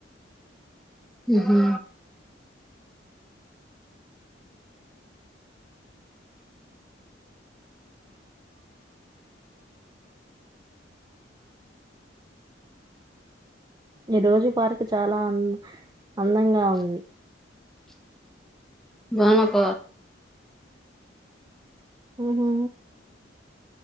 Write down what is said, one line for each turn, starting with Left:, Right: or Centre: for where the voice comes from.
Centre: ఉ హు
Right: ఈ రోజు పార్క్ చాలా అంద్ అందంగా ఉంది
Centre: బనబ
Right: ఉహు